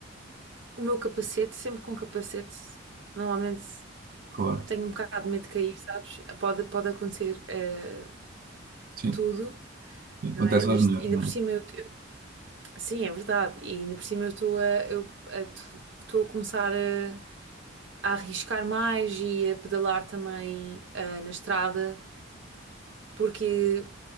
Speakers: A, on the right; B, on the right.
A: O meu capacete, sempre com capacete, normalmente
B: claro,
A: tenho um bocado de medo de cair, sabes? Pode, pode acontecer eh,
B: sim,
A: tudo,
B: Sim, acontece
A: não é? Nas-
B: às mulheres,
A: ainda
B: não
A: por cima
B: é?
A: eu, eu- sim, é verdade. E ainda por cima eu estou a, eu a- estou a começar a, a arriscar mais e a pedalar também eh, na estrada, porque